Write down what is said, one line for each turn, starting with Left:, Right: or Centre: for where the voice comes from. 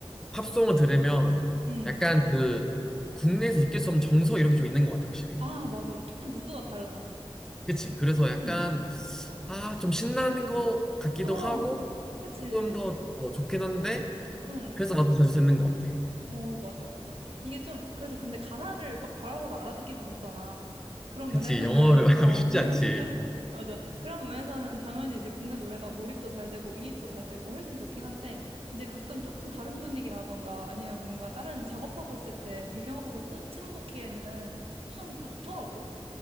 Centre: 팝송을 들으면
Right: 음.
Centre: 약간 그 국내에서 느낄 수 없는 정서 이런 게 좀 있는 것 같아, 확실히.
Right: 아, 맞아. 조금 무드가 달라.
Centre: 그치? 그래서 약간,
Right: 음,
Centre: 아, 좀 신나는 것 같기도
Right: 어,
Centre: 하고,
Right: 그치.
Centre: 조금 더 어, 좋긴 한데,
Right: 응.
Centre: 그래서 나도 자주 듣는 것 같아.
Right: 어, 맞아, 맞아. 이게 좀, 그래도 근데 가사를 막 바로바로 알아듣기는 어렵잖아. 그런
Centre: 그치?
Right: 면에서는,
Centre: 영어를 <laughs>
Right: 어,
Centre: 쉽지
Right: <laughs>
Centre: 않지.
Right: 맞아. 그런 면에서는 당연히 이제 국내 노래가 몰입도 잘 되고, 이입도 잘 되고, 훨씬 좋긴 한데, 이제 가끔 조금 다른 분위기라던가, 아니면 뭔가 다른 작업하고 있을 때 배경음으로 틀, 틀어놓기에는 흡성이 또 좋더라고?